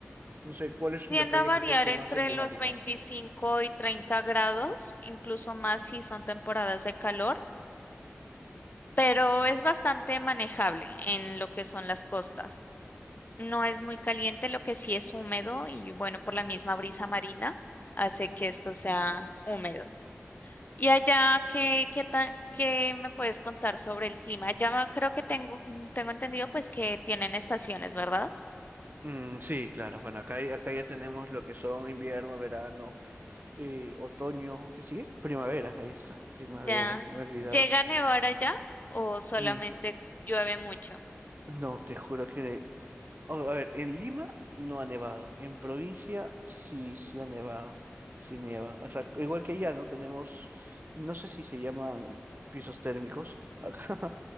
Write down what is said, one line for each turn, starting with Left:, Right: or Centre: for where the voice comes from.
Right: No sé, ¿cuál es
Left: Tiende
Right: la playa
Left: a variar
Right: que ustedes tienen
Left: entre
Right: más emblemática?
Left: los 25 y 30 grados, incluso más si son temporadas de calor, pero es bastante manejable en lo que son las costas. No es muy caliente, lo que sí es húmedo y bueno, por la misma brisa marina hace que esto sea húmedo. ¿Y allá qué, qué tan- qué me puedes contar sobre el clima? Ya creo que tengo, tengo entendido pues que tienen estaciones, ¿verdad?
Right: Mm, sí, claro. Bueno, acá, hay- acá ya tenemos lo que son invierno, verano, eh, otoño, ¿qué sigue? Primavera, ahí está, primavera,
Left: Ya.
Right: me olvidaba.
Left: ¿Llega a nevar allá o solamente
Right: Mm,
Left: llueve mucho?
Right: no, te juro que... Oh, a ver, en Lima no ha nevado, en provincia sí, sí ha nevado, sí nieva. O sea, igual que allá, ¿no? Tenemos, no sé si se llaman pisos térmicos acá.